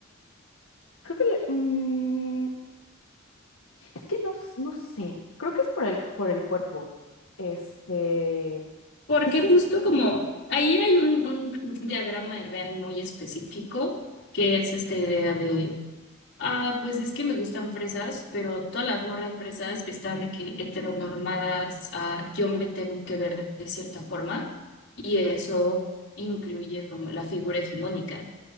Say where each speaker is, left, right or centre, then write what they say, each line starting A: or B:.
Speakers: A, on the left (about 75°); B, on the left (about 60°).
A: creo que le- mm, es que no, s- no sé, creo que es por el, por el cuerpo. Este,
B: Porque
A: y sí
B: justo
A: es.
B: como ahí hay un, un diagrama del Venn muy específico, que es esta idea de, ah, pues es que me gustan fresas, pero todas las morras fresas están de que heteronormadas, ah, yo me tengo que ver de de cierta forma, y eso incluye como la figura hegemónica.